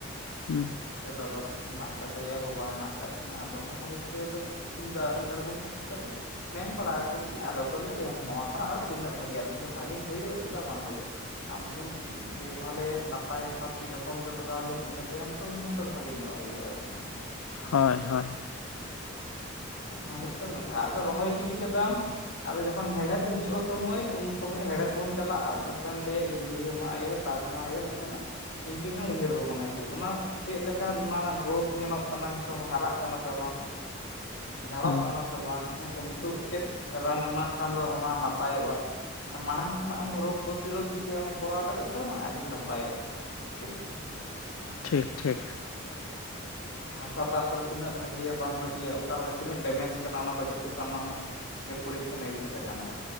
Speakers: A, on the left; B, on the left.
A: ᱦᱩᱸ
B: ᱥᱮ ᱫᱟᱫᱟ ᱦᱮᱸᱱᱟᱜ ᱟᱠᱟᱫᱮᱭᱟ ᱵᱟᱵᱟ ᱦᱮᱸᱱᱟᱜ ᱠᱟᱫ ᱠᱤᱱᱟᱹ ᱟᱫᱚ ᱚᱱᱟ ᱠᱷᱟᱹᱛᱤᱨ ᱛᱮᱫᱚ ᱤᱧ ᱫᱚ ᱟᱣᱨᱤᱧ ᱟᱬᱜᱚᱱ ᱠᱷᱟᱹᱛᱤᱨ ᱛᱮᱫᱚ ᱢᱮᱱ ᱵᱟᱲᱟ ᱟᱠᱚᱜᱮᱭᱟᱧ ᱟᱫᱚ ᱠᱚ ᱞᱟᱹᱭᱟ ᱱᱚᱣᱟ ᱠᱷᱚᱱᱟᱜ ᱟᱨ ᱛᱤᱱᱟᱹᱜ ᱵᱷᱟᱜᱮ ᱟᱨᱠᱤ ᱵᱷᱟᱜᱤ ᱦᱩᱭᱩᱜᱼᱟ? ᱪᱮᱫᱟᱜ ᱵᱟᱝ ᱦᱩᱭᱩᱜᱼᱟ? ᱟᱢ ᱦᱩᱱᱟᱹᱝ ᱫᱮᱠ ᱵᱷᱟᱞᱮ ᱱᱟᱯᱟᱭ ᱵᱷᱟᱵ ᱡᱚᱛᱚᱱ ᱡᱚᱜᱟᱣ ᱮᱭᱟᱢ ᱤᱱᱟᱹ ᱛᱟᱭᱚᱢ ᱛᱚ ᱩᱱᱤ ᱦᱚᱸᱛᱚ ᱵᱷᱟᱜᱮ ᱧᱚᱜ ᱮ ᱦᱩᱭᱩᱜ ᱟᱭ ᱥᱮ
A: ᱦᱳᱭ ᱦᱳᱭ
B: ᱚᱱᱟ ᱦᱩᱭᱩᱜ <inaudible> ᱟᱫᱚ ᱨᱚᱦᱚᱭ ᱜᱤᱰᱤ ᱠᱟᱫᱟᱢ ᱟᱫᱚ ᱡᱚᱠᱷᱚᱱ ᱦᱮᱦᱮᱫ ᱦᱤᱡᱩᱜᱼᱟ ᱥᱚᱢᱚᱭ ᱩᱱ ᱥᱚᱢᱚᱭ ᱦᱮᱲᱦᱮᱫ ᱵᱚᱱ ᱪᱟᱞᱟᱜᱼᱟ ᱱᱟᱥᱮᱢ ᱞᱮᱭᱟᱜ ᱤᱭᱩᱨᱤᱭᱟ ᱮᱢᱟᱜ ᱦᱩᱭᱩᱜ-ᱟ ᱥᱮ ᱥᱟᱨ ᱢᱟ ᱟᱭ <unintelligible> ᱤᱱᱠᱟᱹᱜ ᱜᱮᱢ ᱩᱭᱦᱟᱹᱨ ᱵᱷᱟᱱᱟ ᱡᱮ ᱚᱱᱟ ᱪᱮᱫ ᱞᱮᱠᱟ ᱚᱱᱟ ᱨᱮᱱᱟᱜ ᱜᱨᱳᱛᱷ ᱧᱮᱞᱚᱜ ᱠᱟᱱᱟ ᱦᱟᱨᱟᱜ ᱠᱟᱱᱟ ᱥᱮ ᱵᱟᱝ ᱡᱷᱟᱲᱚᱜ
A: ᱦᱮᱸ
B: ᱠᱟᱱᱟ ᱥᱮ ᱵᱟᱝ ᱦᱮᱸ ᱥᱮ ᱱᱤᱛᱚᱜ ᱪᱮᱫ ᱨᱟᱱ ᱮᱢᱟᱜ ᱠᱷᱟᱱ ᱫᱚ ᱚᱱᱟ ᱱᱟᱯᱟᱭᱚᱜᱼᱟ ᱢᱟᱲᱟᱝ ᱠᱷᱚᱱᱟᱜ ᱮᱢ ᱨᱳᱜᱽ ᱯᱨᱚᱛᱤᱨᱳᱜ ᱡᱩᱫᱤᱢ ᱠᱚᱨᱟᱣ ᱫᱟᱲᱮᱭᱟᱜᱼᱟ ᱥᱮ ᱵᱟᱝ ᱟᱹᱰᱤ ᱱᱟᱯᱟᱭᱚᱜᱼᱟ ᱴᱷᱤᱠ ᱥᱮ
A: ᱴᱷᱤᱠ ᱴᱷᱤᱠ
B: ᱦᱟᱥᱟ ᱛᱟᱨᱯᱚᱨᱮ ᱛᱤᱱᱟᱹᱜ ᱵᱷᱟᱜᱤᱭᱟ ᱵᱟᱝ ᱵᱷᱟᱹᱜᱤᱭᱟ ᱚᱠᱟ ᱞᱮᱠᱟ ᱛᱤᱱᱟᱹᱜ ᱰᱮᱢᱮᱡᱽ ᱠᱟᱱᱟ ᱚᱱᱟ ᱠᱚ ᱡᱷᱚᱛᱚ ᱥᱟᱱᱟᱢᱟᱜ ᱜᱮ ᱯᱚᱨᱤᱠᱠᱷᱟ ᱱᱤᱨᱤᱠᱠᱷᱟ ᱜᱟᱱᱚᱜᱼᱟ᱾